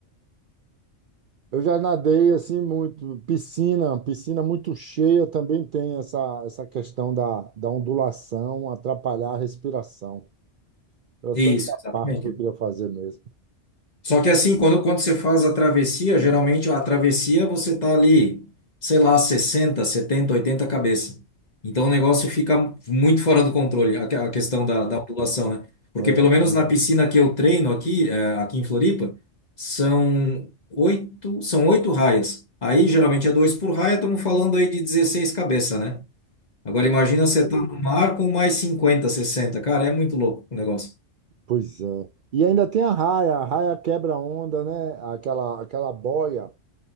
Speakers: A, on the right; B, on the left.
A: Eu já nadei assim muito, piscina, piscina muito cheia também tem essa, essa questão da, da ondulação, atrapalhar a respiração. Era
B: Isso,
A: só essa
B: exatamente.
A: parte que eu queria fazer mesmo.
B: Só que assim, quando, quando você faz a travessia, geralmente a travessia você tá ali, sei lá, 60, 70, 80 cabeça. Então o negócio fica muito fora do controle, a, que- a questão da, da ondulação, né? Porque
A: É, é,
B: pelo menos na piscina que eu treino aqui, eh, aqui em Floripa, são oito, são oito raias. Aí geralmente é dois por raia, estamos falando aí de 16 cabeça, né? Agora imagina você tá no mar com mais cinquenta, sessenta, Cara, é muito louco o negócio.
A: Pois é. E ainda tem a raia, a raia quebra-onda, né? Aquela, aquela boia,